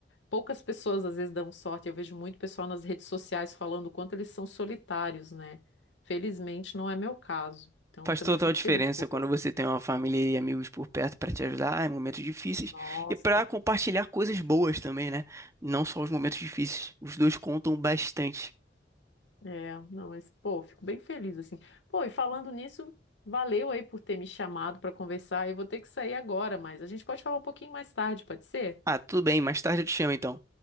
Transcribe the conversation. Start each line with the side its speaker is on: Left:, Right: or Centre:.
Left: poucas pessoas às vezes dão sorte. Eu vejo muito pessoal nas redes sociais falando o quanto eles são solitários, né? Felizmente não é meu caso. Então,
Right: Faz
Left: eu também
Right: total
Left: fico
Right: diferença
Left: feliz por
Right: quando
Left: você.
Right: você tem uma família e amigos por perto para te ajudar em momentos difíceis
Left: Nossa.
Right: e para compartilhar coisas boas também, né? Não só os momentos difíceis. Os dois contam bastante.
Left: É, não, mas pô, fico bem feliz assim. Pô, e falando nisso, valeu aí por ter me chamado para conversar. Eu vou ter que sair agora, mas a gente pode falar um pouquinho mais tarde, pode ser?
Right: Ah, tudo bem, mais tarde eu te chamo então.